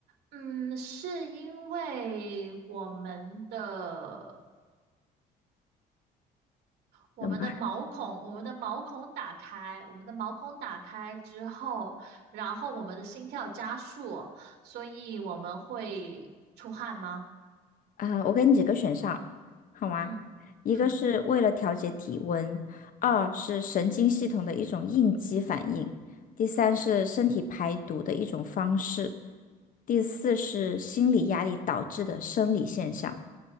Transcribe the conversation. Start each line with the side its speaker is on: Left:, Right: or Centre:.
Right: 嗯，是因为我们的我们的毛孔，
Left: 怎么？
Right: 我们的毛孔打开，我们的毛孔打开之后，然后我们的心跳加速，所以我们会出汗吗？
Left: 啊，我给你几个选项，好吗？
Right: 嗯
Left: 一个是为了调节体温，
Right: 嗯，
Left: 二是神经系统的一种应激反应，第三是身体排毒的一种方式，第四是心理压力导致的生理现象。